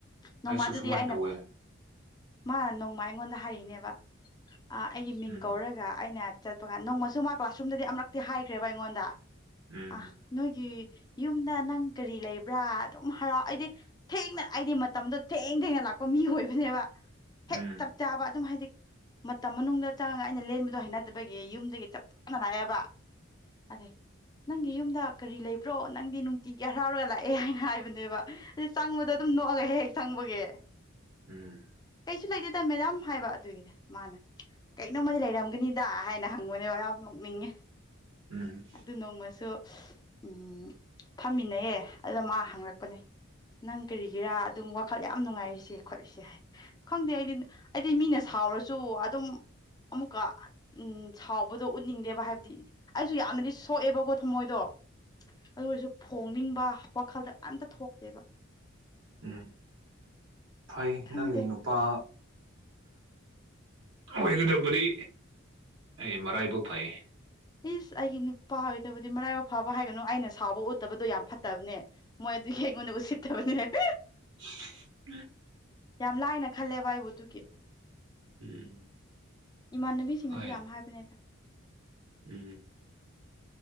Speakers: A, on the left; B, on the right.
A: ꯅꯣꯡꯃ
B: ꯑꯩꯁꯨ
A: ꯑꯗꯨꯗꯤ
B: ꯁꯨꯃꯥꯏꯅ
A: ꯑꯩꯅ
B: ꯇꯧꯋꯦ
A: ꯃꯥ ꯅꯣꯡꯃ ꯑꯩꯉꯣꯟꯗ ꯍꯥꯏꯔꯛꯏꯅꯦꯕ ꯑ ꯑꯩꯒꯤ ꯃꯤꯡ
B: ꯎꯝ
A: ꯀꯧꯔꯒ ꯑꯩꯅ ꯆꯠꯄꯒ ꯅꯣꯡꯃꯁꯨ ꯃꯥ ꯀ꯭ꯂꯥꯁꯔꯨꯝꯗꯗꯤ ꯑꯃꯔꯛꯇꯤ ꯍꯥꯏꯈ꯭ꯔꯦꯕ ꯑꯩꯉꯣꯟꯗ
B: ꯎꯝ
A: ꯑ ꯅꯣꯏꯒꯤ ꯌꯨꯝꯗ ꯅꯪ ꯀꯔꯤ ꯂꯩꯕ꯭ꯔꯥ ꯑꯗꯨꯝ ꯍꯔꯥ ꯑꯩꯗꯤ ꯊꯦꯡꯅ ꯑꯩꯗꯤ ꯃꯇꯝꯗꯣ ꯊꯦꯡ ꯊꯦꯡꯅ ꯂꯥꯛꯄ ꯃꯤ ꯑꯣꯏꯕꯅꯦꯕ ꯍꯦꯛ
B: ꯎꯝ
A: ꯆꯞ ꯆꯥꯕ ꯑꯗꯨꯝ ꯍꯥꯏꯗꯤ ꯃꯇꯝ ꯃꯅꯨꯡꯗ ꯆꯥꯡꯉꯒ ꯑꯩꯅ ꯂꯦꯟꯕꯗꯣ ꯍꯩꯅꯗꯕꯒꯤ ꯌꯨꯝꯗꯒꯤ ꯆꯞ ꯆꯥꯅ ꯂꯥꯛꯑꯦꯕ ꯑꯗꯨꯏ ꯅꯪꯒꯤ ꯌꯨꯝꯗ ꯀꯔꯤ ꯂꯩꯕ꯭ꯔꯣ ꯅꯪꯗꯤ ꯅꯨꯡꯇꯤꯒꯤ ꯍꯔꯥꯎꯔꯒ ꯂꯥꯛꯑꯦ ꯍꯥꯏꯅ ꯍꯥꯏꯕꯅꯦꯕ ꯗꯤ ꯆꯪꯕꯗꯣ ꯑꯗꯨꯝ ꯅꯣꯛꯑꯒ ꯍꯦꯛ ꯍꯦꯛ ꯆꯪꯕꯒꯤ
B: ꯎꯝ
A: ꯀꯩꯁꯨ ꯂꯩꯇꯦꯗ ꯃꯦꯗꯥꯝ ꯍꯥꯏꯕ ꯑꯗꯨꯒꯤꯗꯤ ꯃꯥꯅ ꯀꯩꯅꯣꯃꯗꯤ ꯂꯩꯔꯝꯒꯥꯅꯤ ꯗꯥ ꯍꯥꯏꯅ ꯍꯪꯕꯅꯦꯕ ꯌꯥꯝ ꯅꯣꯛꯅꯤꯡꯉꯦ
B: ꯎꯝ
A: ꯑꯗꯨ ꯅꯣꯡꯃꯁꯨ ꯎꯝ ꯐꯝꯃꯤꯟꯅꯩꯌꯦ ꯑꯗꯨꯗ ꯃꯥ ꯍꯪꯪꯂꯛꯄꯅꯦ ꯅꯪ ꯀꯦꯔꯤꯒꯤꯔꯥ ꯑꯗꯨꯝ ꯋꯥꯈꯜ ꯌꯥꯝ ꯅꯨꯡꯉꯥꯏꯔꯤꯁꯦ ꯈꯣꯠꯂꯤꯁꯦ ꯍꯥꯏ ꯈꯪꯗꯦ ꯑꯩꯗꯤ ꯑꯩꯗꯤ ꯃꯤꯅ ꯁꯥꯎꯔꯁ ꯁꯨ ꯑꯗꯨꯝ ꯑꯃꯨꯛꯀꯥ ꯎꯝ ꯁꯥꯎꯕꯗꯣ ꯎꯠꯅꯤꯡꯗꯦꯕ ꯍꯥꯏꯕꯗꯤ ꯑꯩꯁꯨ ꯌꯥꯝꯅꯗꯤ ꯁꯣꯛꯑꯦꯕꯀꯣ ꯊꯃꯣꯏꯗꯣ ꯑꯗꯨ ꯑꯣꯏꯔꯁꯨ ꯐꯣꯡꯅꯤꯡꯕ ꯋꯥꯈꯜꯗ ꯑꯝꯇꯥ ꯊꯣꯛꯇꯦꯕ
B: ꯎꯝ ꯐꯩ
A: ꯈꯪꯗꯦ
B: ꯅꯪꯒꯤ ꯅꯨꯄꯥ ꯑꯣꯏꯒꯗꯕꯗꯤ ꯑꯩ ꯃꯔꯥꯏꯕꯛ ꯐꯩꯌ‌ꯦ
A: ꯏꯁ ꯑꯩꯒꯤ ꯅꯨꯄꯥ ꯑꯣꯏꯗꯕꯗꯤ ꯃꯔꯥꯏꯕꯛ ꯐꯕ ꯍꯥꯏꯒꯅꯨ ꯑꯩꯅ ꯁꯥꯎꯕ ꯎꯠꯇꯕꯗꯣ ꯌꯥꯝ ꯐꯠꯇꯕꯅꯦ ꯃꯣꯏ ꯑꯗꯨꯒꯤ ꯑꯩꯉ‌ꯣꯟꯗ ꯎꯁꯤꯠꯇꯕꯅ‌ꯦ
B: <inaudible>
A: ꯌꯥꯝ ꯂꯥꯏꯅ ꯈꯜꯂꯦꯕ ꯑꯩꯕꯨ ꯑꯗꯨꯒꯤ
B: ꯎꯝ
A: ꯏꯃꯥꯟꯅꯕꯤꯁꯤꯡꯅꯁꯨ
B: ꯍꯣꯏ
A: ꯌꯥꯝ ꯍꯥꯏꯕꯅꯦꯗ
B: ꯎꯝ